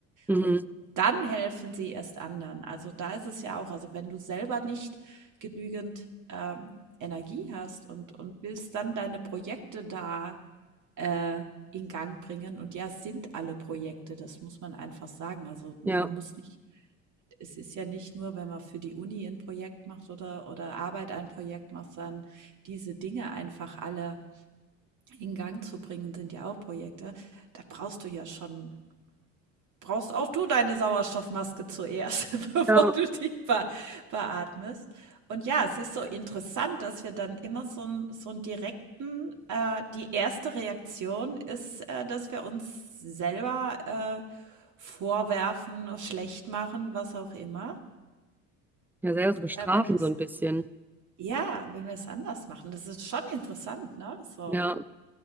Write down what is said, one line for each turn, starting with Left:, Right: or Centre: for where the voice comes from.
Centre: Mhm.
Right: und dann helfen Sie erst anderen. Also da ist es ja auch, also wenn du selber nicht genügend ähm, Energie hast und, und willst dann deine Projekte da äh, in Gang bringen. Und ja, es sind alle Projekte, das muss man einfach sagen. Also man
Centre: Ja.
Right: muss nicht es ist ja nicht nur, wenn man für die Uni ein Projekt macht oder, oder Arbeit ein Projekt macht, sondern diese Dinge einfach alle in Gang zu bringen, sind ja auch Projekte. Da brauchst du ja schon, brauchst auch du deine Sauerstoffmaske zuerst, <laughs> bevor
Centre: Ja.
Right: du die be beatmest. Und ja, es ist so interessant, dass wir dann immer so, einen so einen direkten, äh, die erste Reaktion ist, äh, dass wir uns selber äh, vorwerfen, schlecht machen, was auch immer.
Centre: Ja, selber so bestrafen
Right: Äh, wenn das
Centre: so ein bisschen.
Right: Ja, wenn wir es anders machen, das ist schon interessant, ne? So.
Centre: Ja.